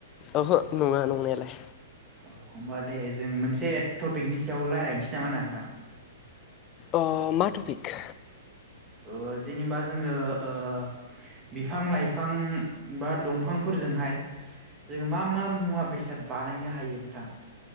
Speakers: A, on the left; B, on the right.
A: ओहो नङा नंनायालाय।
B: औ होमबा दे जों मोनसे टपिकनि सायाव लायरायनोसै नामा होनना नोंथां
A: अ मा टपिक?
B: अ जेनेबा जोङो ओ बिफां-लाइफां बा दंफांफोर जोंहाय जों मा मा मुवा बेसाद बानायनो हायो नोंथां